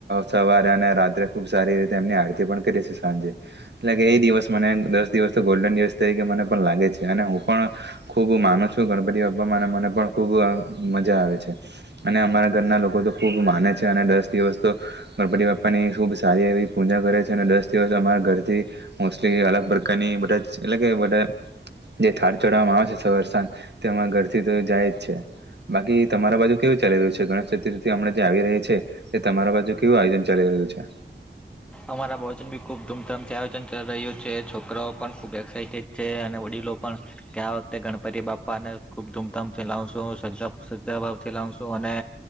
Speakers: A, on the right; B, in the centre.
A: સવારે અને રાત્રે ખુબ સારી રીતે અમને આરતી પણ કરીએ છીએ. સાંજે એટલે કે એ દિવસ મને દસ દિવસ ગોલ્ડન દિવસ તરીકે મને પણ લાગે છે, અને હું પણ ખૂબ માનું શું, ગણપતિ બાપ્પામાં મને પણ ખૂબ મજા આવે છે, અને અમારા ઘરના લોકો તો ખૂબ માને છે. અને દસ દિવસ તો ગણપતિ બાપ્પાની ખૂબ સારી એવી પૂજા કરે છે, ને દસ દિવસ અમારા ઘરથી મોસ્ટલી અલગ પ્રકારની બધા, એટલે કે બધા જે થાળ ચડાવવામાં આવે છે, સવાર-સાંજ તે અમારા ઘરથી તો જાય જ છે. બાકી, તમારા બાજુ કેવું ચાલી રહ્યું છે? ગણેશ ચતુર્થી હમણાં જે આવી રહી છે, તે તમારા બાજુ કેવું આયોજન ચાલી રહ્યું છે?
B: અમારા પ્રવચન બી ખૂબ ધૂમધામથી આયોજન રહ્યું છે. છોકરાઓ પણ ખૂબ એક્સાઇટેડ છે, અને વડીલો પણ કે, આ વખતે ગણપતિ બાપાને ખૂબ ધૂમધામથી લાવશું, સજા સજા ભાવથી લાવશું, અને